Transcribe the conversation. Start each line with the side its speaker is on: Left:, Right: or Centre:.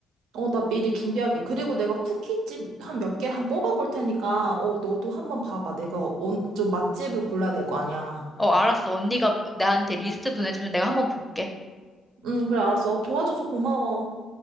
Right: 어, 나 미리 준비할게. 그리고 내가 쿠키집 한 몇 개 한 뽑아볼 테니까, 어, 너도 한번 봐봐. 내가 어, 좀 맛집을 골라야 될 거 아니야.
Centre: 어, 알았어. 언니가 나한테 리스트 보내주면 내가 한번 볼게.
Right: 응, 그래, 알았어. 어, 도와줘서 고마워.